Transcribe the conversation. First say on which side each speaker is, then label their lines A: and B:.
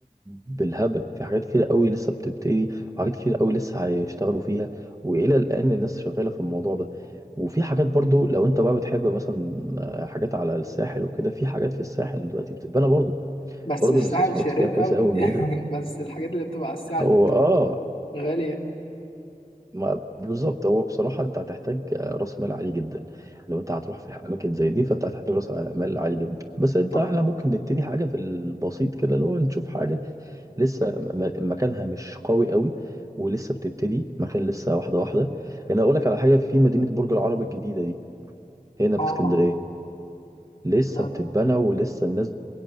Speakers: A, on the right (about 20°); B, on the left (about 40°).
A: بالهبل في حاجات كتير قوي لسه بتبتدي وحاجات كتير قوي لسه هيشتغلوا فيها والى الان الناس شغاله في الموضوع ده وفي حاجات برضو لو انت بقى بتحب مثلا آه، حاجات على الساحل وكده في حاجات في الساحل دلوقتي بتتبنى برضو
B: بس
A: برضو
B: السعل
A: الاستثمارات
B: شرير
A: فيها كويسه
B: قوي
A: قوي مدينه
B: <laughs>
A: ال...
B: بس الحاجات اللي بتبقى على السعل
A: هو
B: دي بتبقى
A: اه
B: غالية
A: ما بالظبط هو بصراحه انت هتحتاج آه، راس مال عالي جدا لو انت هتروح في اماكن زي دي فانت هتحتاج راس مال عالي جدا بس انت
B: طب
A: احنا ممكن نبتدي حاجه في البسيط كده اللي هو نشوف حاجه لسه م- مكانها مش قوي قوي ولسه بتبتدي مكان لسه واحده واحده يعني اقول لك على حاجه في مدينه برج العرب الجديده دي هنا في
B: اه
A: اسكندرية لسه
B: ده
A: بتتبنى ولسه الناس